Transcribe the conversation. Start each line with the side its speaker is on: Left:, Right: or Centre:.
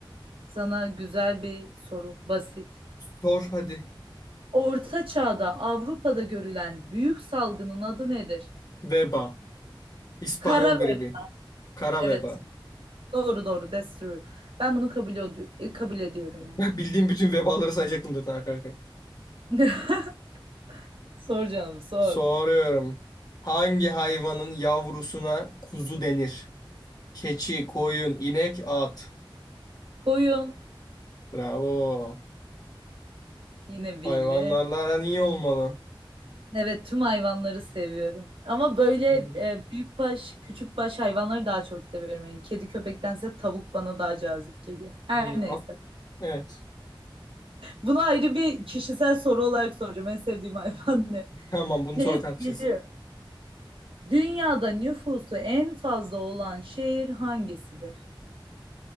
Right: sana güzel bir soru basit.
Left: Sor hadi.
Right: Orta Çağ'da Avrupa'da görülen büyük salgının adı nedir?
Left: Veba. İspanyol
Right: Kara veba.
Left: gribi. Kara
Right: Evet.
Left: veba. <laughs>
Right: Doğru doğru. That's true. Ben bunu kabul, od- kabul ediyorum yani.
Left: Ben bildiğim bütün vebaları sayacaktım zaten arka arkaya.
Right: <laughs> Sor canım sor.
Left: Soruyorum. Hangi hayvanın yavrusuna kuzu denir? Keçi, koyun, inek, at.
Right: Koyun.
Left: Bravo.
Right: Yine bildim.
Left: Hayvanlarla aran iyi olmalı.
Right: Evet, tüm hayvanları seviyorum. Ama böyle
Left: Hmm,
Right: e, büyük baş, küçük baş hayvanları daha çok seviyorum. Yani kedi köpektense tavuk bana daha cazip geliyor. Her
Left: hmm,
Right: neyse.
Left: at. Evet.
Right: Bunu ayrı bir kişisel soru olarak soracağım. En sevdiğim hayvan ne?
Left: Tamam bunu
Right: Neyse
Left: sonra tartışırız.
Right: geliyor. Dünyada nüfusu en fazla olan şehir hangisidir?